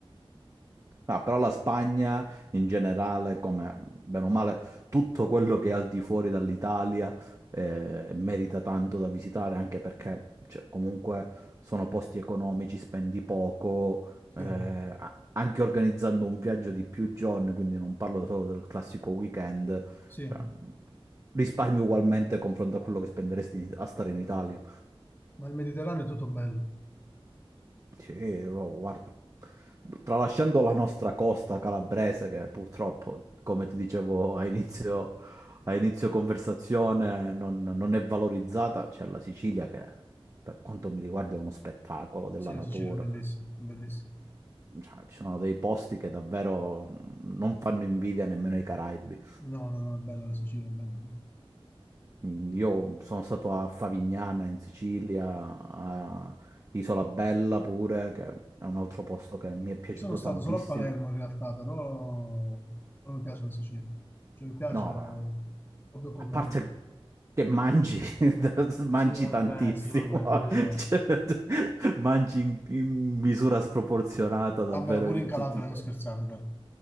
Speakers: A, on the right (about 30°); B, on the left (about 20°).
A: No, però la Spagna in generale, come bene o male, tutto quello che è al di fuori dall'Italia eh, merita tanto da visitare, anche perché cioè, comunque sono posti economici, spendi poco,
B: sì,
A: eh, a- anche organizzando un viaggio di più giorni, quindi non parlo solo del classico weekend,
B: sì,
A: cioè, risparmi ugualmente confronto a quello che spenderesti in- a stare in Italia.
B: ma il Mediterraneo è tutto bello.
A: Sì, oh, guarda, tralasciando la nostra costa calabrese, che purtroppo, come ti dicevo a inizio, a inizio conversazione, non, non è valorizzata, c'è la Sicilia che, per quanto mi riguarda, è uno spettacolo della
B: Sì,
A: natura.
B: la Sicilia è bellissima, bellissima.
A: Cioè, ci sono dei posti che davvero mm, non fanno invidia nemmeno ai Caraibi.
B: No, no, no, è bella la Sicilia, è bella, è bella.
A: Mm, Io sono stato a Favignana, in Sicilia, a Isola Bella pure, che è un altro posto che mi è piaciuto
B: Io sono stato
A: tantissimo.
B: solo a Palermo in realtà, però non mi piace la Sicilia. Cioè, mi piace
A: No, la-
B: proprio come...
A: a parte che mangi, <laughs> mangi
B: Sì, vabbè,
A: tantissimo,
B: sì, vabbè, quello.
A: <laughs> Cioè, mangi in, in misura sproporzionata davvero
B: Vabbè, ma pure
A: in
B: in Calabria
A: tutti i sensi.
B: non scherzate, dai.